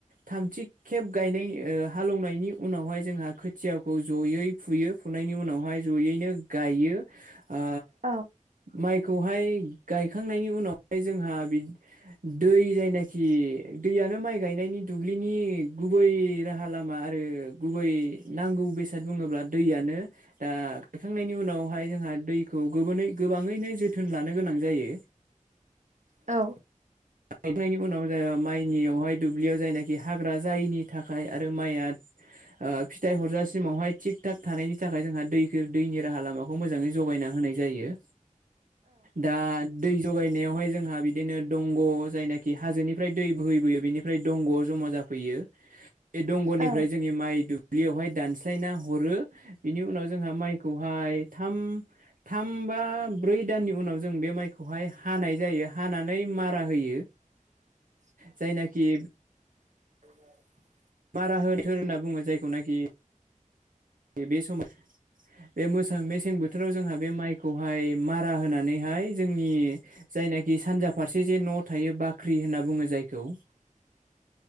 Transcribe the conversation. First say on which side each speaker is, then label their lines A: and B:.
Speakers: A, on the right (about 75°); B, on the right (about 60°).
A: थामथि खेब गायनाय ओ हालौवनायनि उनावहाय जोंहा खोथियाखौ जयै फुयो फुनायनि उनावहाय जयैनो गायो ओ
B: औ
A: माइखौहाय गाय खांनायनि उनावहाय जोंहा बिदिनो दै जायनाखि दैआनो माइ गायनायनि दुब्लिनि गुबै राहा लामा आरो गुबै नांगौ नांगौ बेसाद बुङोब्ला दैआनो दा गायखांनायनि उनावहाय जोंहा दै खौ गोबोनै गोबाङैनो जोथोन लानो गोनां जायो
B: औ
A: गाइखनायनि उनाव ओ माइ जोंनियावहाय दुब्लियाव जायनाखि हाग्रा जायैनि थाखाय आरो माइआ ओ फिथाइ हरजासिम समावहाय थिग थाग थानायनि थाखाय जोंहा दैनि राहा लामाखौ मोजाङै जगायना होनाय जायो। दा दै जगायनायावहाय जोंहा बिदिनो दंग' जायनाखि हाजोनिफ्राय दै बोहैबोयो बेनिफ्राय दंग' जमा जाफैयो बे दंग'निफ्राय
B: औ
A: जोंनि माइ दुब ब्लियावहाय दानस्लायना हरो बिनि उनाव जोंहा माइखौहाय थाम थाम बा ब्रै दाननि उनाव जों बे माइखौहाय हानाय जायो हानानै मारा होयो।
B: <inaudible>
A: जायनाखि
B: <inaudible>
A: मारा होथो होनना बुङो जायखौनाखि। बे-बे समाव बे मोसों मेसें बोथोराव जोंहा बे माइखौ माइ मारा होनानैहाय जोंनि जायनाखि सानजा फारसे जे न' थायो बाख्रि होन ना बुङो जायखौ
B: <inaudible>